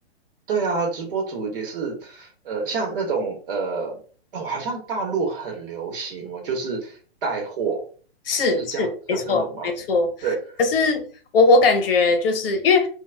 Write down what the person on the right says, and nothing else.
对啊，直播主也是，呃，像那种呃，哦，好像大陆很流行哦，就是带货，
是叫叫这种吗？
对，